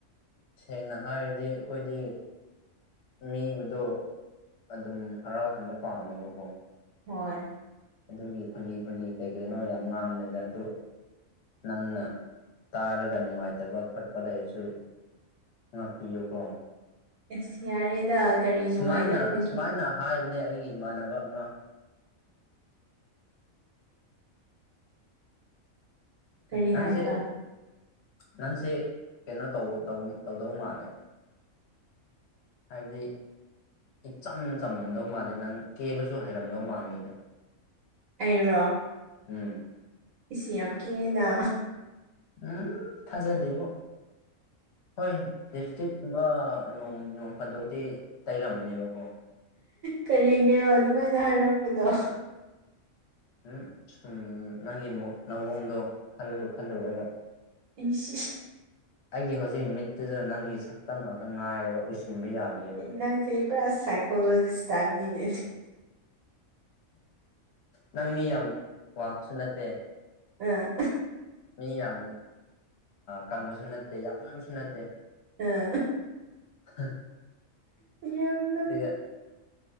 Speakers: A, on the left; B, on the right.
A: ꯁꯦꯡꯅ ꯍꯥꯏꯔꯗꯤ ꯑꯩꯈꯣꯏꯗꯤ ꯃꯤꯕꯨꯗꯨ ꯑꯗꯨꯝ ꯍꯔꯥꯎꯍꯟꯕ ꯄꯥꯝꯃꯦꯕꯀꯣ
B: ꯍꯣꯏ
A: ꯑꯗꯨꯒꯤ ꯐꯥꯒꯤ ꯐꯥꯒꯤ ꯀꯩ ꯀꯩꯅꯣ ꯌꯥꯝ ꯉꯥꯡꯃꯦꯗ ꯑꯗꯨ ꯅꯪꯅ ꯇꯥꯔꯒ ꯅꯨꯡꯉꯥꯏꯇꯕ ꯈꯣꯠꯄ ꯂꯩꯔꯁꯨ ꯉꯥꯛꯄꯤꯌꯨ ꯀꯣ
B: ꯢꯁ ꯌꯥꯔꯦꯗ ꯀꯔꯤ ꯅꯨꯡꯉꯥꯏꯗ
A: ꯁꯨꯃꯥꯏꯅ
B: ꯐꯥꯒꯤ
A: ꯁꯨꯃꯥꯏꯅ ꯍꯥꯏꯕꯅꯦ ꯑꯩꯒꯤ ꯏꯃꯥꯟꯅꯕ ꯑꯃ
B: ꯀꯔꯤ
A: ꯅꯪꯁꯦ
B: ꯍꯥꯏꯕ
A: ꯅꯪꯁꯦ ꯀꯩꯅꯣ ꯇꯧꯕ ꯇꯧꯗꯧ ꯃꯥꯜꯂꯦ ꯍꯥꯏꯗꯤ ꯏꯆꯝ ꯆꯝꯂꯝꯗꯧ ꯃꯥꯜꯂꯦ ꯅꯪ ꯀꯦꯕꯁꯨ ꯍꯩꯔꯝꯗꯧ ꯃꯥꯜꯗꯦ
B: ꯑꯩꯔꯣ
A: ꯎꯝ
B: ꯢꯁ ꯌꯥꯝ ꯀꯦꯅ
A: ꯎꯝ ꯊꯥꯖꯗꯦꯕꯣ ꯍꯣꯏ ꯂꯤꯞꯁꯇꯤꯛꯀꯨꯝꯕ ꯅꯣꯡ ꯅꯣꯡ ꯐꯗꯣꯛꯗꯤ ꯇꯩꯔꯝꯅꯦꯕꯀꯣ
B: ꯀꯔꯤꯒꯤꯔꯣ ꯑꯗꯨꯃꯥꯏꯅ ꯍꯥꯏꯔꯛꯄꯗꯣ
A: ꯎ ꯁꯨꯝ ꯅꯪꯒꯤ ꯅꯑꯣꯡꯗꯣ ꯈꯜꯂꯨ ꯈꯜꯂꯨꯔꯒ
B: ꯢꯁ
A: ꯑꯩꯒꯤ ꯍꯧꯖꯤꯛ ꯃꯤꯠꯇꯨꯗ ꯅꯪꯒꯤ ꯁꯛꯇꯝ ꯉꯥꯛꯇ ꯉꯥꯏꯔꯦꯕ ꯎꯁꯤꯟꯕ ꯌꯥꯗꯦꯕ
B: ꯅꯪꯁꯤ ꯄꯨꯔꯥ ꯁꯥꯏꯀꯣꯂꯣꯖꯤꯁꯇꯞꯅꯤꯅꯦ
A: ꯅꯪ ꯃꯤ ꯌꯥꯝ ꯋꯥꯡꯁꯨ ꯅꯠꯇꯦ
B: ꯑꯥ
A: ꯃꯤ ꯌꯥꯝ ꯀꯪꯕꯁꯨ ꯅꯠꯇꯦ ꯌꯥꯝ ꯅꯣꯏꯕꯁꯨ ꯅꯠꯇꯦ
B: ꯑꯥ
A: ꯍꯥ <inaudible>
B: ꯌꯥꯝꯅ
A: ꯁꯤꯦ <inaudible>